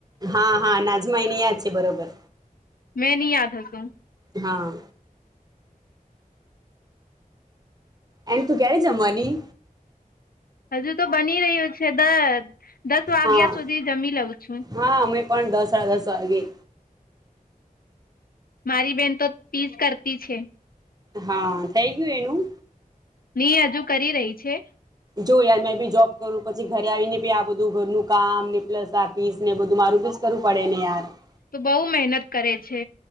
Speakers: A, on the right; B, on the left.
A: હા, હા નાજમાયની યાદ છે, બરોબર.
B: મેં નહી, યાદ હસું.
A: હા. એને, તું ક્યારે જમવાની.
B: હજુ, તો બની રહ્યું છે, દસ. દસ વાગ્યા
A: હા
B: સુધી જમી, લઉં છું.
A: હા અમે પણ દસરા, દ સ્વાગી.
B: મારી બેન, તો તીસ કરતી છે.
A: હા, થઈ ગયુ એનું.
B: ની હજુ કરી રહી છે.
A: જો યાર મે બી જોબ કરું પછી, ઘરે આવીને બી આ બધું ઘરનું કામ ને પ્લસ. ફીસ ને બધું મારું જ કરું પડે ને આર <inaudible>
B: તુ બઉુ મહેનત કરે છે